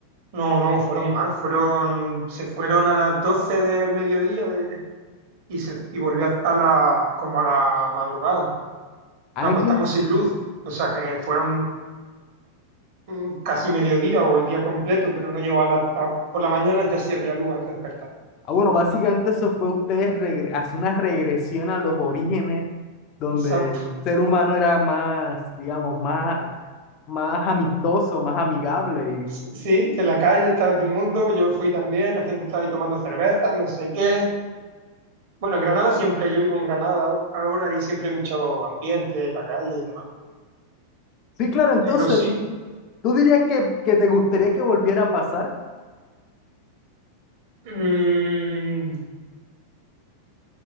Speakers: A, on the right (about 50°); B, on the left (about 35°).
A: No, no, fueron más. Fueron, se fueron a las 12 del mediodía eh, y, se, y volvió a, a la, como a la madrugada.
B: Ah,
A: Nos acostamos
B: entiendo.
A: sin luz. O sea que fueron mm, casi mediodía o el día completo, pero no llegó a la... a- por la mañana ya sí había luz al despertar.
B: Ah, bueno, básicamente eso fue ustedes regre- hacer una regresión a los orígenes donde
A: Esa
B: el ser humano era más, digamos, más más amistoso, más amigable. y-
A: Sí, en la calle estaba todo el mundo, yo fui también, la gente estaba ahí tomando cerveza, no sé qué. Bueno, en Granada siempre, yo vivo en Granada ahora ahora y siempre hay mucho ambiente en la calle y demás.
B: Sí, claro, entonces,
A: Pero sí,
B: ¿tú dirías que, que te gustaría que volviera a pasar?
A: mm,